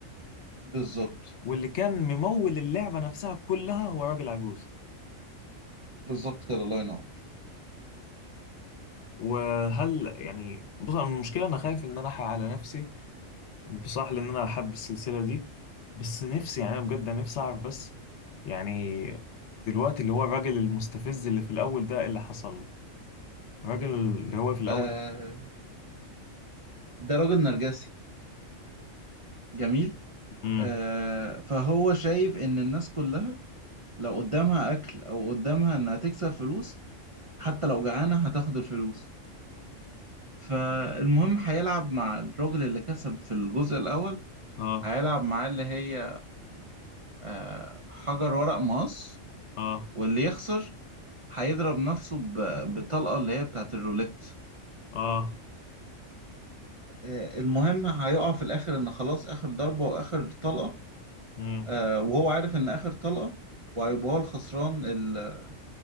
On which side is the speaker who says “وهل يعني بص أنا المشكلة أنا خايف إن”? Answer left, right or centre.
Left